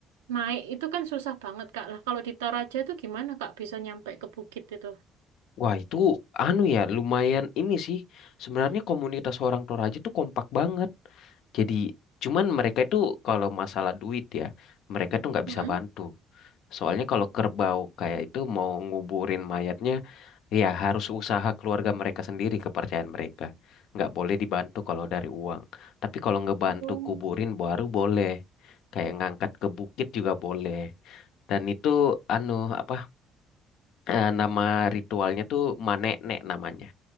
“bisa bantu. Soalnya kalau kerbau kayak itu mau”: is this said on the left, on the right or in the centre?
Left